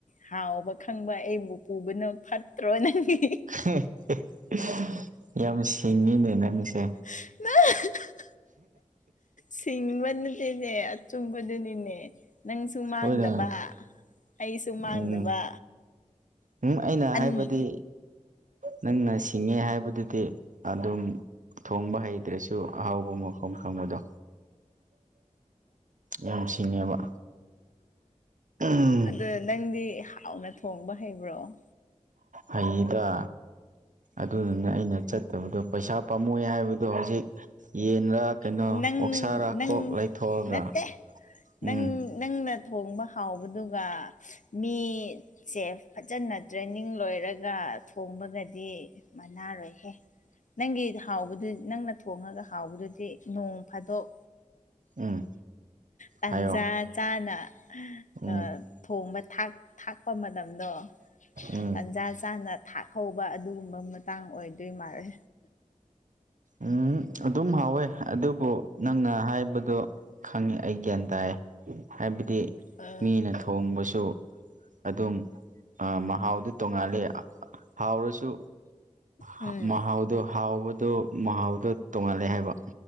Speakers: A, on the left; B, on the right.
A: ꯍꯥꯎꯕ ꯈꯪꯕ ꯑꯩꯕꯨ ꯄꯨꯕꯅ ꯐꯠꯇ꯭ꯔꯣꯅꯪ ꯍꯤ ꯍꯤ꯫
B: ꯍꯦ <inaudible> ꯌꯥꯝ ꯁꯤꯡꯉꯤꯅꯦ ꯅꯪꯁꯦ꯫
A: <unintelligible> ꯁꯤꯡꯕ ꯅꯠꯇꯦꯅꯦ ꯑꯆꯨꯝꯕꯗꯨꯅꯤꯅꯦ ꯅꯪ ꯁꯨ ꯃꯥꯡꯗꯕ
B: ꯍꯣꯏꯅ
A: ꯑꯩꯁꯨ ꯃꯥꯡꯗꯕ꯫
B: ꯎꯝ ꯎꯝ ꯑꯩꯅ
A: ꯑꯅꯤ
B: ꯍꯥꯏꯕꯗꯤ꯫ ꯅꯪꯅ ꯁꯤꯡꯉꯦ ꯍꯥꯏꯕꯗꯨꯗꯤ ꯑꯗꯨꯝ ꯊꯣꯡꯕ ꯍꯩ ꯑꯗꯨ꯭ꯔꯁꯨ ꯑꯍꯥꯎꯕ ꯃꯐꯝ ꯈꯪꯕꯗꯣ ꯌꯥꯝ ꯁꯤꯡꯉꯦꯕ ꯎꯝ
A: ꯗ ꯅꯪꯗꯤ ꯍꯥꯎꯅ ꯊꯣꯡꯕ ꯍꯩꯕ꯭ꯔꯣ
B: ꯍꯩꯗ ꯑꯗꯨꯅꯅꯦ ꯑꯩꯅ ꯆꯠ ꯇꯕꯗꯣ ꯄꯩꯁꯥ ꯄꯥꯝꯃꯨꯏꯌꯦ ꯍꯥꯏꯕꯗꯣ ꯍꯧꯖꯤꯛ ꯌꯦꯟꯔꯥ ꯀꯩꯅꯣ
A: ꯅꯪ
B: ꯑꯣꯛꯁꯥꯔꯥ
A: ꯅꯪ
B: ꯀꯣꯛ ꯂꯩꯊꯣꯛꯑꯒ
A: ꯅꯠꯇꯦ ꯅꯪ
B: ꯎꯝ
A: ꯅꯪꯅ ꯊꯣꯡꯕ ꯍꯥꯎꯕꯗꯨꯒ ꯃꯤ ꯆꯦꯞ ꯐꯖꯅ ꯇ꯭ꯔꯦꯅꯤꯡ ꯂꯣꯏꯔꯒ ꯊꯣꯡꯕꯒꯗꯤ ꯃꯅꯥꯔꯣꯏꯍꯦ ꯅꯪꯒꯤꯠ ꯍꯥꯎꯕꯗꯨ ꯅꯪꯅ ꯊꯣꯡꯉꯒ ꯍꯥꯎꯕꯗꯨꯗꯤ ꯅꯣꯡ ꯐꯥꯗꯣꯛ
B: ꯎꯝ
A: ꯇꯥꯟꯖꯥ
B: ꯍꯥꯏꯌꯣ
A: ꯆꯥꯅ
B: ꯎꯝ
A: ꯑ ꯊꯣꯡꯕ ꯊꯥꯛ ꯊꯥꯛꯄ ꯃꯇꯝꯗꯣ
B: ꯎꯝ
A: ꯇꯟꯖꯥ ꯆꯥꯅ ꯊꯥꯛꯍꯧꯕ ꯑꯗꯨꯒꯨꯝꯕ ꯃꯇꯥꯡ ꯑꯣꯏꯗꯣꯏ ꯃꯥꯜꯂꯦ
B: ꯎꯝ ꯑꯗꯨꯝ ꯍꯥꯎꯋꯦ ꯑꯗꯨꯕꯨ ꯅꯪꯅ ꯍꯥꯏꯕꯗꯣ ꯈꯪꯉꯦ ꯑꯩ ꯒ꯭ꯌꯥꯟ ꯇꯥꯏ ꯍꯥꯏꯕꯗꯤ
A: ꯑ
B: ꯃꯤꯅ ꯊꯣꯡꯕꯁꯨ ꯑꯗꯨꯝ ꯑ ꯃꯍꯥꯎꯗꯨ ꯇꯣꯡꯉꯥꯜꯂꯦ ꯍꯥꯎꯔꯁꯨ ꯍꯥꯎ
A: ꯎꯝ
B: ꯃꯍꯥꯎꯗꯣ ꯍꯥꯎꯕꯗꯣ ꯃꯍꯥꯎꯗꯣ ꯇꯣꯡꯉꯥꯜꯂꯦ ꯍꯥꯏꯕ